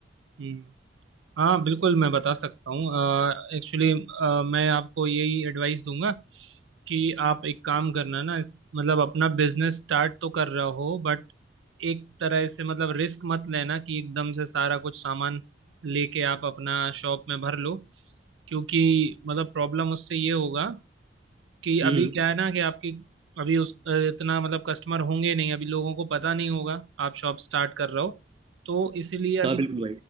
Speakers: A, on the right; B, on the right.
A: हम्म हाँ बिल्कुल मैं बता सकता हूँ एक्चुअली मैं आपको यही एडवाइस दूंगा कि आप एक काम करना ना मतलब अपना बिजनेस स्टार्ट तो कर रहे हो बट एक तरह से मतलब रिस्क मत लेना कि एकदम से सारा कुछ सामान लेके आप अपना शॉप में भर लो क्योंकि मतलब प्रॉब्लम उससे ये होगा कि
B: हम्म
A: अभी क्या है ना कि आपकी अभी उस अ, इतना मतलब कस्टमर होंगे नहीं अभी लोगों को पता नहीं होगा आप शॉप स्टार्ट कर रहे हो तो इसलिए अभी
B: हाँ बिल्कुल